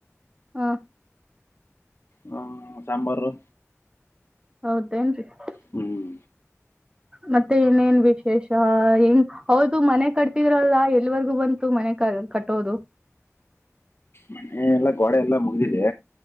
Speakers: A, on the right (about 20°); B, on the left (about 50°).
A: ಹಾ
B: ಹ್ಮ ಸಾಂಬಾರು
A: ಹೌದು <unintelligible>
B: ಹ್ಮ್
A: ಮತ್ತೆ ಇನೇನ್ ವಿಶೇಷ ಹೆಂಗ್ ಹೌದು ಮನೆ ಕಡೆ ಕಟ್ಟಿದ್ರಲ್ಲ ಎಲ್ಲಿವರ್ಗೂ ಬಂತು ಮನೆ ಕ ಕಟ್ಟೋದು
B: ಮನೆ ಎಲ್ಲಾ ಗೋಡೆ ಎಲ್ಲಾ ಮುಗ್ದಿದೆ